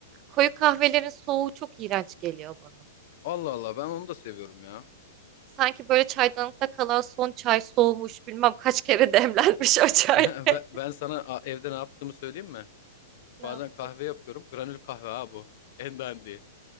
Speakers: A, on the right (about 35°); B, on the left (about 55°).
A: koyu kahvelerin soğuğu çok iğrenç geliyor bana.
B: <laughs> Allah Allah ben onu da seviyorum ya. <laughs>
A: Sanki böyle çaydanlıkta kalan son çay soğumuş bilmem kaç kere <laughs> demlenmiş o çay.
B: Ben,
A: <laughs>
B: ben, ben sana a, evde ne yaptığımı söyleyeyim mi?
A: Ne
B: Bazen
A: yaptın?
B: kahve yapıyorum. Granül kahve ha bu. En dandiği.